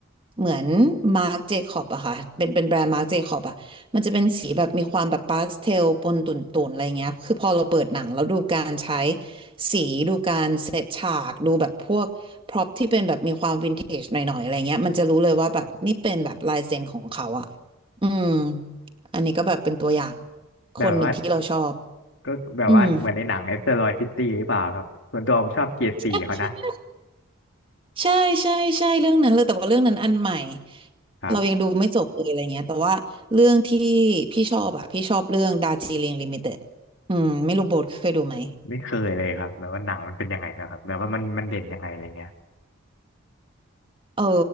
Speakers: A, on the right; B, on the left.
A: เหมือนมาร์ j เจคอบอะค่ะเป็นเป็นแบรนด์มาร์ j เจคอบอะมันจะเป็นสีแบบมีความแบบพาสเทลปนตุ่นๆอะไรเงี้ยคือพอเราเปิดหนังแล้วดูการใช้ สีดูการเซตฉากดูแบบพวกพร็อพที่เป็นแบบมีความวินเทจหน่อยๆอะไรเงี้ยมันจะรู้เลยว่าแบบนี่เป็นแบบลายเซ็นของเขาอ่ะอืมอันนี้ก็แบบเป็นตัวอย่างคนหนึ่งที่เราชอบ
B: แบบว่าก็แบบว่าเหมือนในหนังเอสเตอร์ลอยซิตี้หรือเปล่าครับส่วนตัวผมชอบเกียร์สี่เขานะ
A: อืมใช่ใช่ใช่เรื่องนั้นเลยแต่ว่าเรื่องนั้นอันใหม่
B: ครับ
A: เรายังดูไม่จบเลยอะไรเงี้ยแต่ว่าเรื่องที่พี่ชอบอ่ะพี่ชอบเรื่องดาร์จิลิงลิมิเต็ดอืมไม่รู้โบทเคยดูไหม
B: ไม่เคยเลยครับแบบว่าหนังมันเป็นยังไงนะครับแบบว่ามันมันเด่นยังไงอะไรเงี้ย
A: เอ่อ